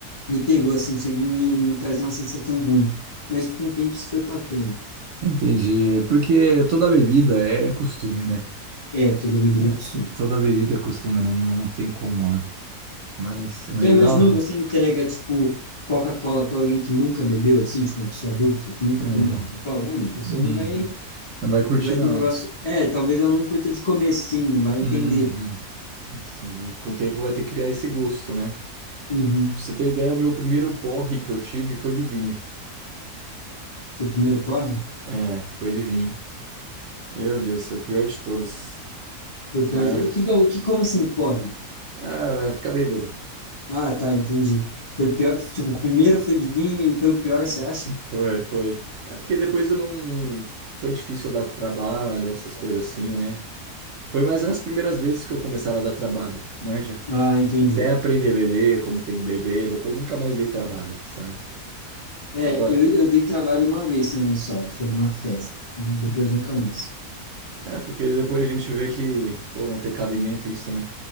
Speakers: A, on the left; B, on the right.
A: me pegou, assim, sempre me, me trazia uma sensação ruim. Mas com o tempo isso foi passando.
B: entendi. Porque toda bebida é costume, né?
A: É, toda bebida
B: É,
A: é costume.
B: toda bebida é costume, não, não tem como, né? Mas, mas
A: Já imaginou
B: dá.
A: você entrega, tipo, Coca-Cola para alguém que nunca bebeu, assim, tipo, uma pessoa adulta, que nunca
B: É,
A: tomou Coca-Cola? Ah, não, a pessoa
B: uhum.
A: não vai,
B: Não vai curtir,
A: vai
B: não.
A: ter um negócio. É, talvez ela não curta de comer, sim, não vai entender.
B: Uhum. Isso, Com o tempo vai ter que criar esse gosto, né? Pra
A: Uhum.
B: você ter ideia, o meu primeiro porre que eu tive foi de vinho.
A: O primeiro porre
B: É, foi de vinho. Meu Deus, foi o pior de todos.
A: foi o
B: Maior.
A: pior. O que, que é o o que, como assim, porre?
B: Ah, vai ficar bêbado.
A: Ah, tá, entendi. Foi pior, tipo, o primeiro foi de vinho e foi o pior, você acha?
B: Foi, foi. É porque depois eu não. Foi difícil dar trabalho, essas coisas assim, né? Foi mais nas primeiras vezes que eu começava a dar trabalho, manja.
A: Ah, entendi.
B: Até aprender a beber, como tem que beber, depois nunca mais dei trabalho, sabe?
A: É,
B: Agora.
A: eu, eu dei trabalho uma vez também só, que foi numa festa. Depois
B: Uhum.
A: nunca mais.
B: É, porque depois a gente vê que, pô, não tem cabimento isso, né?